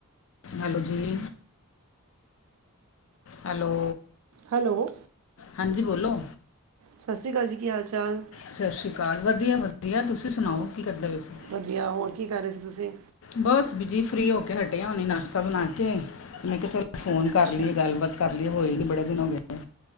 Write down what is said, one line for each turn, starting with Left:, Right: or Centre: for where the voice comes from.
Left: ਹੈਲੋ ਜੀ ਹੈਲੋ
Right: ਹੈਲੋ
Left: ਹਾਂਜੀ ਬੋਲੋ।
Right: ਸਤਿ ਸ਼੍ਰੀ ਅਕਾਲ ਜੀ ਕੀ ਹਾਲ ਚਾਲ?
Left: ਸਤਿ ਸ਼੍ਰੀ ਅਕਾਲ ਵਧੀਆ ਵਧੀਆ ਤੁਸੀਂ ਸੁਣਾਓ ਕੀ ਕਰਦੇ ਪਏ?
Right: ਵਧੀਆ ਹੋਰ ਕੀ ਕਰ ਰਹੇ ਸੀ ਤੁਸੀਂ?
Left: ਬਸ ਬੀਜੀ ਫਰੀ ਹੋ ਕੇ ਹਟੇ ਆ ਹੁਣੇ ਨਾਸ਼ਤਾ ਬਣਾ ਕੇ ਮੈਂ ਕਿਹਾ ਚੱਲ ਫੋਨ
Right: ਅੱਛਾ
Left: ਕਰ ਲਈਏ ਗੱਲਬਾਤ ਕਰ ਲਈਏ ਹੋਈ ਨੀ ਬੜੇ ਦਿਨ ਹੋ ਗਏ